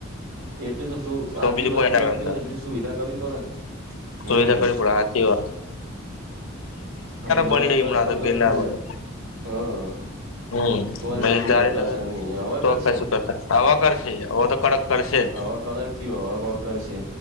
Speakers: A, on the right; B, on the left.
A: એટલે તો શું આટલી
B: બીજું
A: વસ્તી
B: કોઈ ના
A: આવતી
B: અંદર
A: હો એટલી સુવિધા કરવી પડે ને. હમ
B: સુવિધા કરવી પડે હાચી હો
A: હ દ
B: બની રહી
A: દસ
B: હમણાં
A: પંદર
B: તો ગિરનાર
A: ફૂટ જ
B: બાજુ
A: હા
B: હમ
A: તો એ
B: પ
A: કશું
B: તારી
A: કરતાશે
B: લગા
A: નહી હવે
B: તો
A: કરશે
B: કશું કરતા આવા કરશે હો તો કડક કરશે જ.
A: હવા કદક થ હવા કર છે.